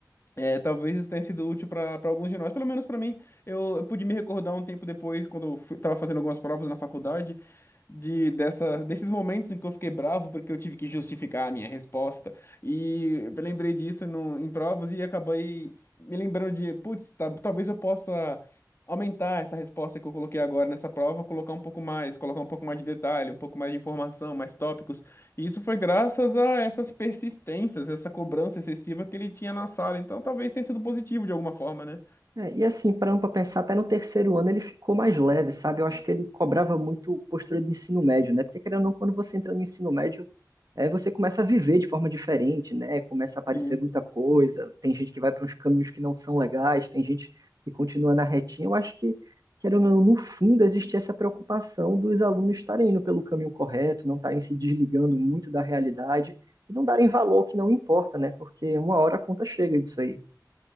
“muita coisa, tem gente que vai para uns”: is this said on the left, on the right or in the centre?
Right